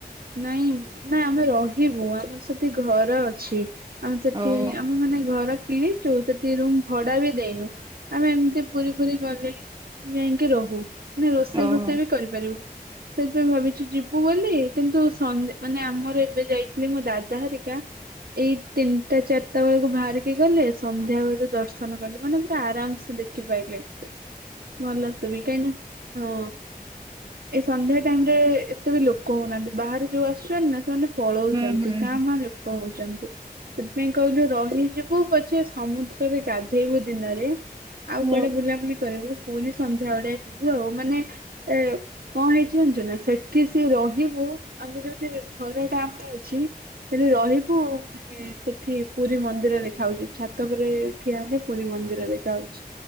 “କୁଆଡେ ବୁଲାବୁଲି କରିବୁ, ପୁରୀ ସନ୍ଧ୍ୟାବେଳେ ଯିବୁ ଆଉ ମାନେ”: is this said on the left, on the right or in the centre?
Right